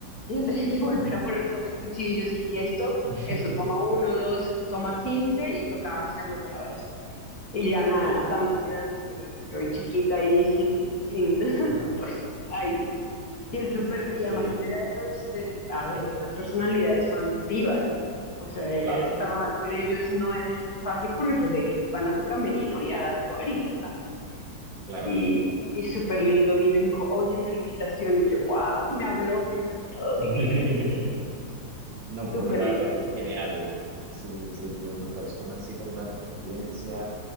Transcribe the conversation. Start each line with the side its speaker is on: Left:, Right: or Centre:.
Left: Y yo tenía que
Right: ujú,
Left: volver a poner todos los cuchillos y, y esto,
Right: <laughs>
Left: eso toma uno, dos, toma quince y tocaba hacerlo otra vez. Y ya nada,
Right: Sí.
Left: dándole, dándole. Y pues yo ahí chiquita ahí sin, sin, <laughs>
Right: No,
Left: pues ahí. Y el súper, y
Right: Sí,
Left: además él era de los, de, a ver, estas personalidades son divas. O sea,
Right: claro,
Left: trabajar con ellos no es fácil porque pues ellos van a su camerino y a actuar y ya está.
Right: claro.
Left: Y, y súper lindo vino y me dijo, oye, felicitaciones. Yo, wow, me habló primero que todo
Right: <laughs>
Left: divino.
Right: No,
Left: <laughs> Súper
Right: pero la
Left: lindo.
Right: verdad es que es genial. Sí, sí, que una persona así con tanta experiencia,